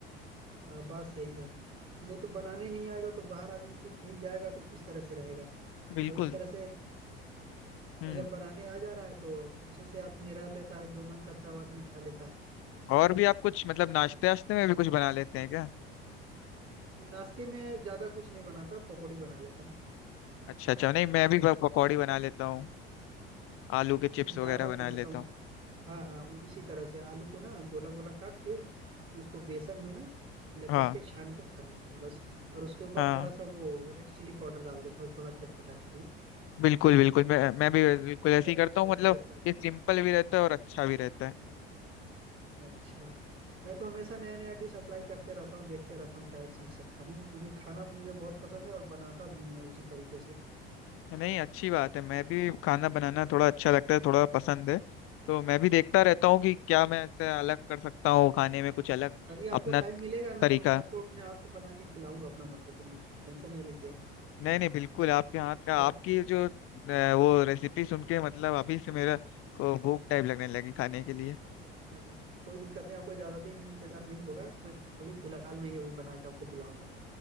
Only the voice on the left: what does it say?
बिल्कुल
हम्म
और भी आप कुछ मतलब नाश्ते वाश्ते में भी कुछ बना लेते हैं क्या
अच्छा अच्छा नहीं मैं भी प- पकौड़ी बना लेता हूँ आलू के चिप्स
वगैरह
बना लेता
हूँ
हाँ
हाँ
बिल्कुल
बिल्कुल मैं मैं भी बिल्कुल ऐसे
ही
करता
हूँ मतलब
ये
सिंपल
भी रहता है और अच्छा भी रहता है
नहीं अच्छी बात है मैं भी खाना बनाना थोड़ा अच्छा लगता है थोड़ा पसंद है तो मैं भी देखता रहता हूँ कि क्या मैं ऐसे अलग कर सकता हूँ खाने में कुछ अलग
अपना
तरीका
नहीं नहीं बिल्कुल आपके हाथ
का
आपकी
जो अ, वो रेसिपी सुन के मतलब अभी से मेरा को भूख टाइप लगने लगी खाने के लिए